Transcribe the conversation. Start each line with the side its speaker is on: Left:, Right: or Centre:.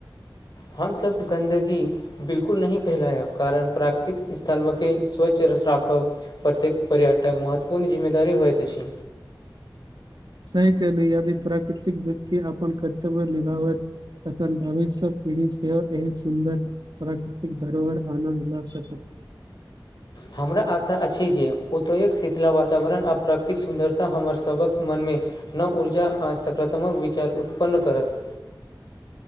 Left: हमसभ गन्दगी। बिल्कूल नहि फैलायब कारण प्राकृतिक स्थलके स्वच्छ राखब। प्रत्येक पर्यटक महत्वपूर्ण, जिम्मेदारी होइत अछि।
Right: सही कहलिये नहि यदी प्राकृतिक व्यक्तति अपन कर्तव्य लिभावत। तखन, भविष्य कऽ पीढ़ी सेहो एहन सुन्दर प्राकृतिक धरोहर आनन्द लऽ सकी
Left: हमरा आशा अछि, जे ओतक शीतला, वातावरण आ प्राकृतिक सुन्दरता हमर सभक मनमे नव ऊर्जा आ सकारात्मक विचार उत्पन्न करत